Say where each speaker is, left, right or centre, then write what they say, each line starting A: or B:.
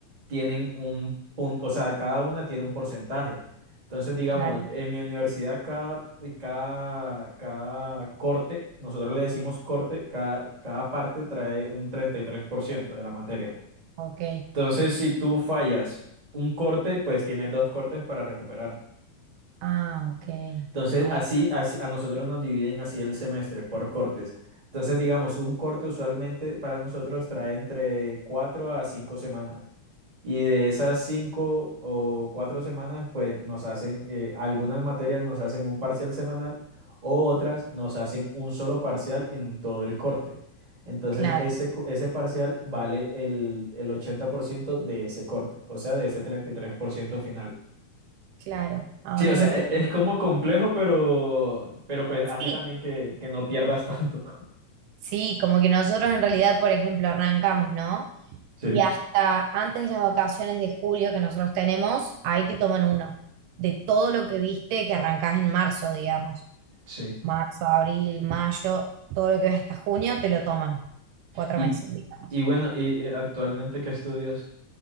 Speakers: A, on the right; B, on the right.
A: tienen un punto, o sea, cada una tiene un porcentaje. Entonces, digamos,
B: claro,
A: en mi universidad cada, cada, cada corte, nosotros le decimos corte, cada, cada parte trae un 33% de la materia.
B: ok.
A: Entonces, si tú fallas un corte, pues tienes dos cortes para recuperar.
B: Ah, ok.
A: Entonces,
B: Ahí-
A: así, así a nosotros nos dividen así el semestre por cortes. Entonces, digamos, un corte usualmente para nosotros trae entre cuatro a cinco semanas. Y de esas cinco o cuatro semanas, pues nos hacen, eh, algunas materias nos hacen un parcial semanal o otras nos hacen un solo parcial en todo el corte. Entonces,
B: claro,
A: ese, co- ese parcial vale el, el 80% de ese corte, o sea, de ese 33% final.
B: claro, ahora
A: Sí, o sea,
B: entiendo.
A: e- es como complejo, pero, pero pues
B: Sí,
A: hace también que, que no pierdas <laughs> tanto.
B: Sí, como que nosotros en realidad, por ejemplo, arrancamos, ¿no?
A: Sí,
B: Y hasta antes de las vacaciones de julio que nosotros tenemos, ahí te toman uno, de todo lo que viste que arrancás en marzo, digamos.
A: sí.
B: Marzo, abril, mayo, todo lo que ves hasta junio, te lo toman. Cuatro
A: Y,
B: meses, digamos.
A: y bueno, y, y actualmente qué estudias?